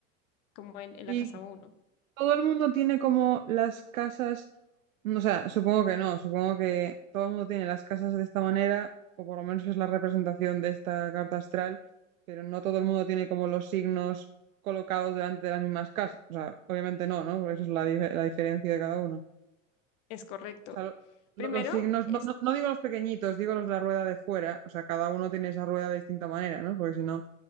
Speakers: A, on the left; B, on the right.
A: como en, en la
B: ¿Y
A: casa uno.
B: Todo el mundo tiene como las casas, o sea, supongo que no, supongo que todo el mundo tiene las casas de esta manera, o por lo menos es la representación de esta carta astral, pero no todo el mundo tiene como los signos colocados delante de las mismas casas. O sea, obviamente no, ¿no? Porque esa es la, dif- la diferencia de cada uno. O
A: Es correcto.
B: sea, lo-
A: Primero,
B: lo- los signos,
A: es,
B: no, no, no digo los pequeñitos, digo los de la rueda de fuera, o sea, cada uno tiene esa rueda de distinta manera, ¿no? Porque si no,